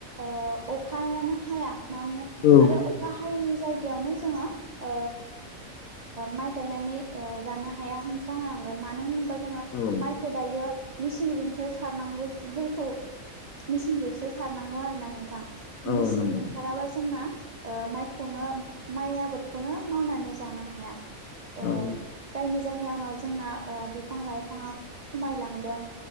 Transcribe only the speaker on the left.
औ
औ
औ
नंगौ
औ